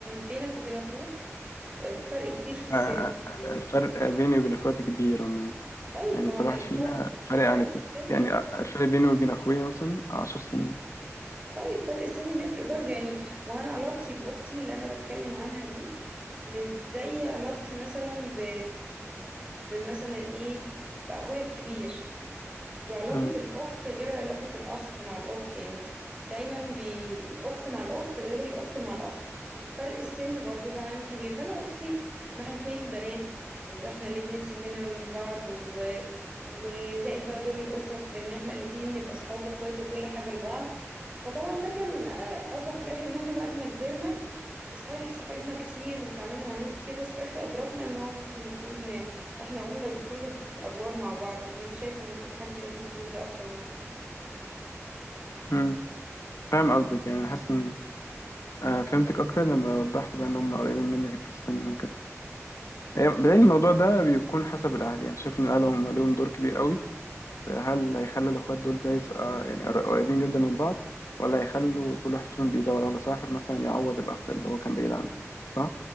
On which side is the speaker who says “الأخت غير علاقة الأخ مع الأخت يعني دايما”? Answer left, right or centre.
Right